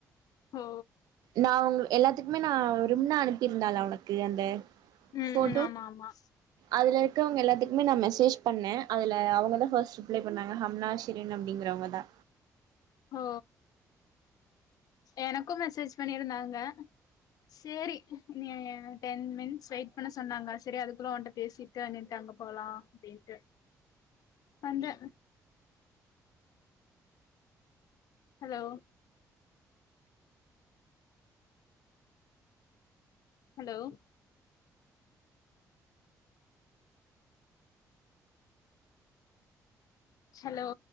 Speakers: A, on the left; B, on the right.
A: ஓ
B: நா உங் எல்லாத்துக்குமே நா ரிம்னா அனுப்பியிருந்தாளா உனக்கு அந்த
A: ம்
B: போட்டோ
A: ம் ஆமா ஆமா
B: அதுல இருக்கவுங்க எல்லாத்துக்குமே நா மெசேஜ் பண்ண அதுல அவுங்கதா ஃபர்ஸ்ட் ரிப்ளை பண்ணாங்க ஹம்னாஷ் ரின் அப்டிங்கிறவங்க தா
A: ஓ எனக்கும் மெசேஜ் பண்ணியிருந்தாங்க சேரி நீ டென் மினிட்ஸ் வெயிட் பண்ண சொன்னாங்க சரி அதுக்குள்ள ஓன்ட்ட பேசி தேனீர்க்கு அங்க போலா அப்டின்ட்டு வந்தே ஹலோ ஹலோ ஹலோ